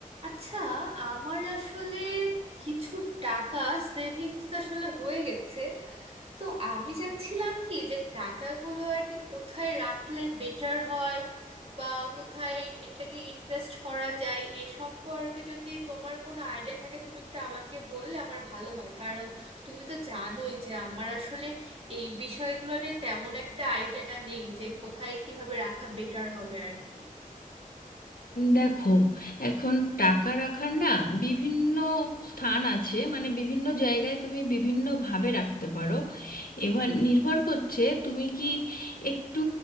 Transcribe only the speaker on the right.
আচ্ছা আমার আসলে কিছু টাকা সেভিংস আসলে হয়ে গেছে তো আমি চাচ্ছিলাম কি যে টাকাগুলো আর কি কোথায় রাখলে বেটার হয় বা কোথায় এটাকে ইনভেস্ট করা যায় এ সম্পর্কে যদি তোমার কোনো আইডিয়া থাকে তুমি একটু আমাকে বললে আমার ভালো হয় কারণ তুমি তো জানোই যে আমার আসলে এই বিষয়গুলো নিয়ে তেমন একটা আইডিয়া নেই যে কোথায় কিভাবে রাখা বেটার হবে আর কি